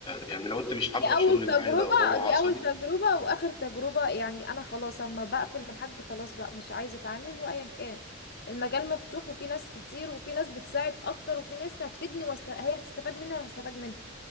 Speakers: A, on the left; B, on the left.
A: يعني لو انت مش حابه
B: دي
A: الشغل
B: اول تجربة
A: معايا ده وهو عصبي
B: دي اول تجربة واخر تجربة يعني انا خلاص اما بقفل من حد خلاص بقى مش عايزة اتعامل وايا كان المجال مفتوح وفي ناس كتير وفي ناس بتساعد اكتر وفي ناس هتفيدني وست... هي هتستفاد مني وانا هستفاد منها